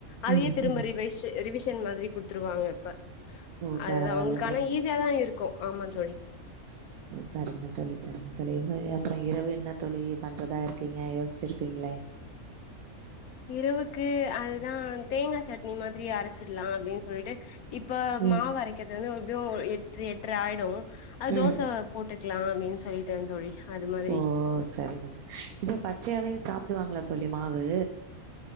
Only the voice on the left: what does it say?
அதையே
திரும்ப
ரிவைஷ் ரிவிஷன் மாதிரி குடுத்துருவாங்க இப்ப
அது
அவங்களுக்கான
ஈ ஈசியா தா இருக்கு ஆமா தோழி
இரவுக்கு அதுதா தேங்கா சட் னி மாதிரி அரச்சிட்லா அப்டின் சொல்ட்டு இப்ப
மாவரை வக்கிறது வந்து எப்டியோ எட்டு எட்ற ஆயிடு அது தோச
போட்டுக்லா அப்டின் சொல்லிட்ட தோழி அது மாதிரி